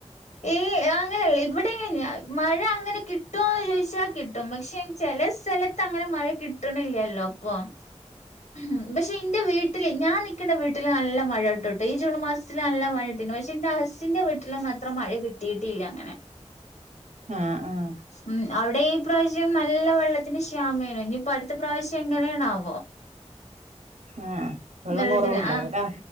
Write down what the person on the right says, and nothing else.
ആഹ് ആഹ്
ആഹ് വെള്ളം
കൊറവുണ്ടാവുംല്ലേ